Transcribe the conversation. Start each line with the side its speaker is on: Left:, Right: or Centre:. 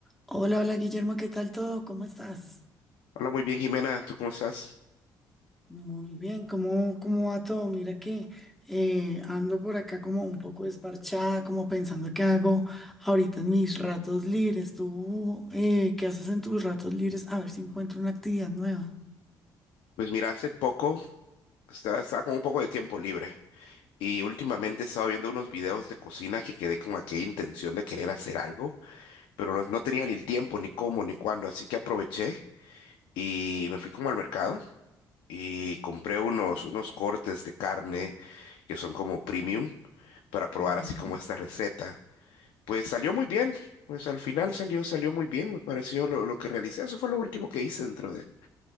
Centre: Hola, hola Guillermo, ¿qué tal todo? ¿Cómo estás?
Left: Hola, muy bien, Jimena. ¿Tú cómo estás?
Centre: Muy bien, ¿cómo, cómo va todo? Mira que eh, ando por acá como un poco desparchada, como pensando qué hago ahorita en mis ratos libres. ¿Tú eh, qué haces en tus ratos libres? A ver si encuentro una actividad nueva.
Left: Pues mira, hace poco estaba, estaba con un poco de tiempo libre y últimamente estaba viendo unos videos de cocina que quedé con aquella intención de querer hacer algo, pero no, no tenía ni el tiempo, ni cómo, ni cuándo, así que aproveché y me fui como al mercado y compré unos, unos cortes de carne que son como premium para probar
Centre: Ujú.
Left: así como esta receta. Pues salió muy bien, pues al final salió, salió muy bien, me pareció lo, lo que realicé. Eso fue lo último que hice dentro de